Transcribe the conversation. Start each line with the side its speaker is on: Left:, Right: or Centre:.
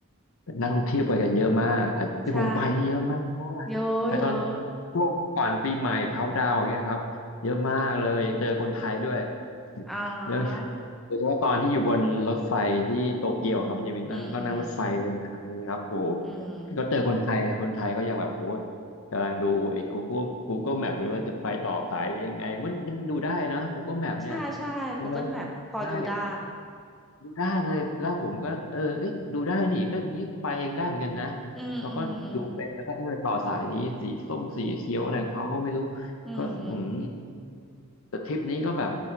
Left: นักท่องเที่ยวไปกันเยอะมากอาจที่ผมไปนี่เยอะมากเพราะว่าไปตอน
Centre: ใช่เยอะเยอะ
Left: ช่วงก่อนปีใหม่เขาดาวน์เนี่ยครับเยอะมากเลยเจอคนไทยด้วย
Centre: อ่
Left: <laughs> แล้ว
Centre: า
Left: โดยเฉพาะตอนที่อยู่บนรถไฟที่โตเกียวครับมันจะมีนั่งต้องนั่งรถไฟเดินทางใช่ไหมครับโอ้โห
Centre: อืมอืมอืม
Left: ก็เจอคนไทยนะคนไทยก็ยังแบบโอ้โหกำลังดูไอ้ Google Google Map เลยว่าจะไปต่อสายยังไงมันมันดูได้นะ Google Map เนี่ย
Centre: ใช่ใช่
Left: ใช่ไหม
Centre: Google Map พอดูได้
Left: ใช่ ดูได้เลยแล้วผมก็เออเอ้ยดูได้นี่ก็งี้ไปเองได้เหมือนกันนะ
Centre: อืมอืม
Left: เราก็ดูเป็นแล้วก็เออต่อสายนี้สีส้มสีเขียวอะไรของเขาก็ไม่รู้
Centre: อืม
Left: ก็อืมแต่ทริปนี้ก็แบบ